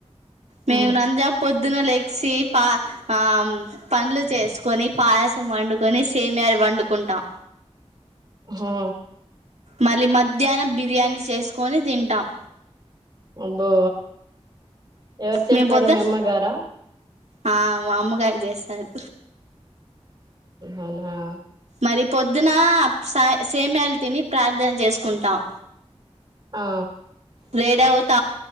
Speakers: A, on the right; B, on the right.
A: మేము
B: ఉమ్
A: రంజాన్ పొద్దున లే వ పా ఆ పనులు చేసుకొని పాయసం వండుకొని సేమయాారి వండుకుంటాం
B: హా
A: మళ్ళీ మధ్యాహ్నం బిర్యానీ చేసుకొని తింటాం
B: అబ్బో ఎవరు చేస్తారు
A: మేము పొద్దు
B: మీ అమ్మగారా
A: ఆ మామ్మగాయ చేసారు
B: అనా
A: మరి పొద్దున స సేమలు తిని ప్రార్థన చేసుకుంటాం
B: ఆ
A: రేడ ఉత